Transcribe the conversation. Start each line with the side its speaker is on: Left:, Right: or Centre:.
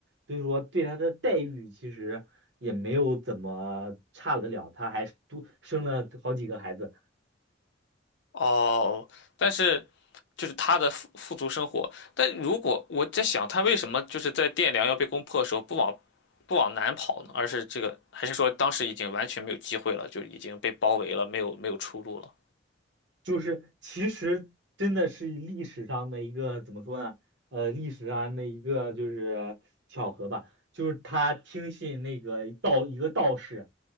Right: 所以说对他的待遇其实也没有怎么差得了，他还多生了好几个孩子。
Left: 哦，但是就是他的富富足生活，但如果我在想，他为什么就是在汴梁要被攻破的时候不往不往南跑呢？而是这个，还是说当时已经完全没有机会了，就已经被包围了，没有没有出路了？
Right: 就是其实真的是历史上的一个怎么说呢？呃，历史上的一个就是巧合吧，就是他听信那个道一个道士，